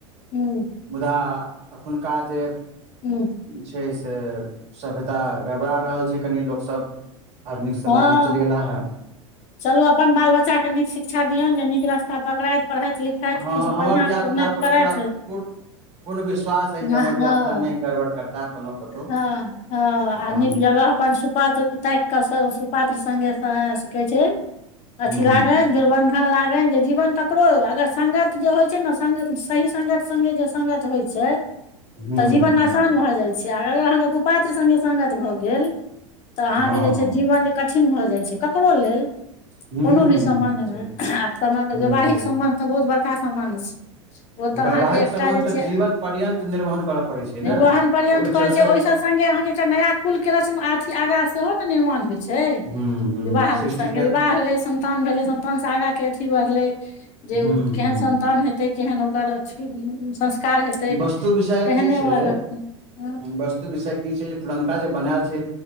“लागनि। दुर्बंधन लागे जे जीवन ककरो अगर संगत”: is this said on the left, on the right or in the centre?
Left